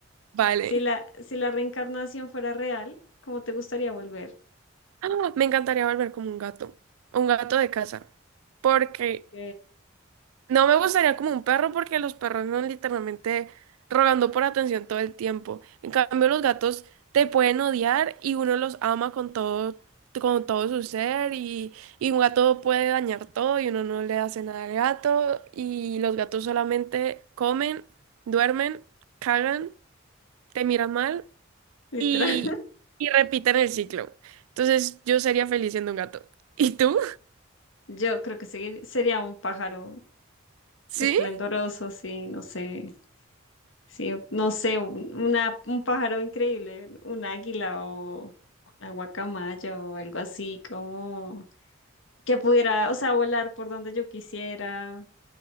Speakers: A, on the right; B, on the left.
A: Vale.
B: Si la,
A: <gasps>
B: si la reencarnación fuera real, ¿cómo te gustaría volver?
A: Ah, Me encantaría volver como un gato, un gato de casa, porque
B: Ok,
A: No me gustaría como un perro porque los perros son literalmente rogando por atención todo el tiempo. En cambio, los gatos te pueden odiar y uno los ama con todo, con todo su ser y, y un gato puede dañar todo y uno no le hace nada al gato y los gatos solamente comen, duermen, cagan, te miran mal
B: Literal.
A: y, y repiten el ciclo. Entonces, yo sería feliz siendo un gato. ¿Y tú?
B: <laughs> Yo creo que seguir- sería un pájaro
A: <laughs>
B: esplendoroso,
A: ¿Sí?
B: sí, no sé. Sí, no sé, un- una, un pájaro increíble, un águila o una guacamaya o algo así, como que pudiera, o sea, volar por donde yo quisiera